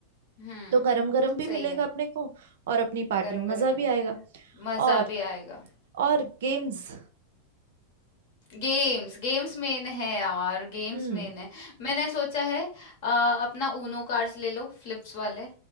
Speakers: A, on the left (about 50°); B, on the right (about 55°).
A: हम्म
B: तो गरम गरम भी
A: सही
B: मिलेगा
A: है
B: अपने को और अपनी पार्टी
A: गरम
B: में मजा
A: गरम भी
B: भी
A: मिलेगा
B: आएगा
A: मजा
B: और
A: भी आएगा
B: और गेम्स
A: गेम्स गेम्स मेन है यार गेम्स
B: हम्म
A: मेन है मैंने सोचा है अ, अपना ऊनो कार्ड्स ले लो फ्लिप्स वाले